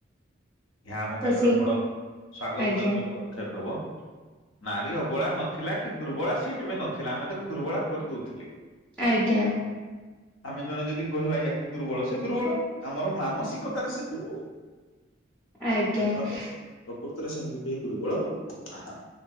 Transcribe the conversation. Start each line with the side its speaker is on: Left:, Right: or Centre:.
Left: ଏହା ଆମ
Centre: ତ
Left: ପାଇଁ ଗୋଟେ
Centre: ସେଇ
Left: ବଡ ସ୍ଵାଗତ
Centre: ଆଜ୍ଞା
Left: ଯୋଗ୍ୟ ପଦକ୍ଷେପ ହବ। ନାରୀ ଅବଳା ନଥିଲା କି ଦୁର୍ବଳା ସିଏ କେବେ ନଥିଲା ଆମେ ତାକୁ ଦୁର୍ବଳା କରିଦଉଥିଲେ।
Centre: ଆଜ୍ଞା।
Left: ଆମେ ଜଣେ ଯଦି କହିବା ୟାକୁ ଦୁର୍ବଳ ସେ ଦୁର୍ବଳ ଆମର ମାନସିକତାରେ ସେ ଦୁର୍ବଳ।
Centre: ଆଜ୍ଞା।
Left: ସେ ନହଲେ ପ୍ରକୃତରେ ସେମିତି କେହି ଦୁର୍ବଳ ନାହାନ୍ତି।